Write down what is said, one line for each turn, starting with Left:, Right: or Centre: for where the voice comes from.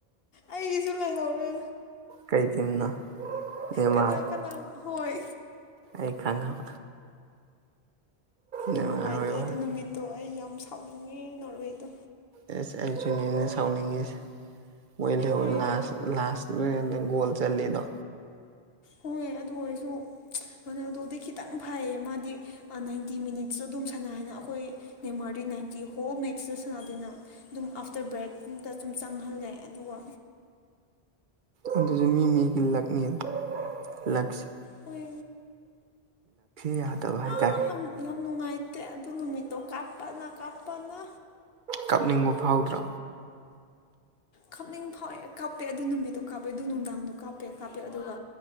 Left: ꯑꯩꯒꯤꯁꯨ ꯂꯩꯍꯧꯔꯦ
Right: ꯀꯩ ꯇꯤꯝꯅꯣ ꯅꯦꯃꯥꯔ
Left: ꯀꯅꯥ ꯀꯅꯥ ꯍꯣꯏ
Right: ꯑꯩ ꯈꯪꯉꯧ ꯅꯦꯃꯥꯔ
Left: ꯌꯥꯝ ꯅꯨꯡꯉꯥꯏꯇꯦ
Right: ꯍꯣꯏ ꯑꯣꯏꯔꯦ
Left: ꯑꯗꯨ ꯅꯨꯃꯤꯠꯇꯣ ꯑꯩ ꯌꯥꯝ ꯁꯥꯥꯎꯅꯤꯡꯉ‌ꯦ ꯅꯣꯔꯋꯦꯗꯣ
Right: ꯑꯦꯁ ꯑꯩꯖꯨꯅꯤꯅ ꯁꯥꯎꯅꯤꯡꯉꯤꯁꯦ ꯃꯣꯏ ꯂꯩꯍꯧꯔ
Left: ꯍꯦꯛ
Right: ꯂꯥꯁ ꯂꯥꯁ <unintelligible> ꯒꯣꯜ ꯆꯜꯂ‌ꯦꯗꯣ
Left: ꯍꯣꯏ ꯑꯗꯨ ꯑꯣꯏꯁꯨ ꯔꯣꯅꯥꯜꯗꯣꯗꯤ ꯈꯤꯇꯪ ꯐꯩꯌꯦ ꯃꯥꯗꯤ ꯑ ꯅꯥꯏꯟꯇꯤ ꯃꯤꯅꯤꯠꯁꯗ‌ꯣ ꯑꯗꯨꯝ ꯁꯥꯟꯅꯥꯢꯅ ꯑꯈꯣꯏ ꯅꯦꯃꯥꯔꯗꯤ ꯅꯥꯏꯟꯇꯤ ꯍꯣꯜ ꯃꯦꯠꯁꯗ‌ꯣ ꯁꯥꯟꯅꯗꯦꯅꯥ ꯑꯗꯨꯝ ꯑꯥꯐꯇꯔ ꯕ꯭ꯔꯦꯛꯒꯨꯝꯗ ꯆꯨꯝ ꯆꯪꯍꯜꯂꯦ ꯑꯗꯨꯒ
Right: ꯑꯗꯨꯖꯨ ꯃꯤ ꯃꯤꯒꯤ ꯂꯛꯅꯤꯗ ꯂꯛꯁ
Left: ꯑꯣꯏ
Right: ꯌꯥꯗꯕ
Left: ꯌꯥꯝ
Right: ꯍꯥꯏꯇꯥꯔꯦ
Left: ꯑꯥ ꯌꯥꯝ ꯌꯥꯝ ꯅꯨꯡꯉꯥꯏꯇꯦ ꯑꯗꯨ ꯅꯨꯃꯤꯠꯇꯣ ꯀꯥꯞꯄꯅ ꯀꯥꯞꯄꯅ
Right: ꯀꯥꯞꯅꯤꯡꯕ ꯐꯥꯎꯗ꯭ꯔꯥ
Left: ꯀꯥꯞꯅꯤꯡ ꯐꯥꯎꯋꯦ ꯀꯥꯞꯄꯦ ꯑꯗꯨ ꯅꯨꯃꯤꯠꯇꯣ ꯀꯥꯞꯄꯦ ꯑꯗꯨ ꯅꯨꯡꯗꯥꯡꯗꯣ ꯀꯥꯞꯄꯦ ꯀꯥꯞꯄꯦ ꯑꯗꯨꯒ